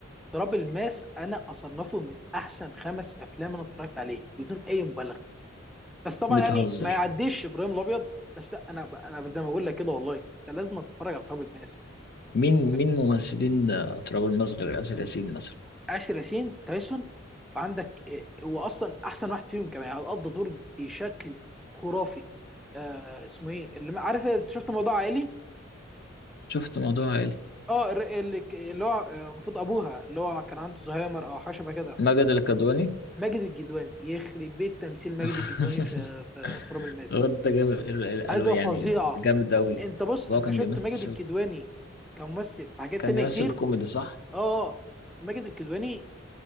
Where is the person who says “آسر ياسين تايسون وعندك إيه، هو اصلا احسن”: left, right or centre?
Centre